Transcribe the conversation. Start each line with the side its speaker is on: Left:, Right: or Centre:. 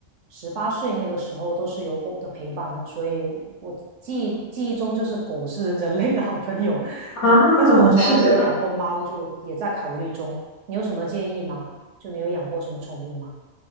Right: 十八岁那个时候都是有狗的陪伴的，所以我记忆记忆中就是狗是人类的好朋友，
Left: 啊，
Right: 但是我从来没有养过猫，
Left: 是这样，
Right: 就也在考虑中。你有什么建议吗？就你有养过什么宠物吗？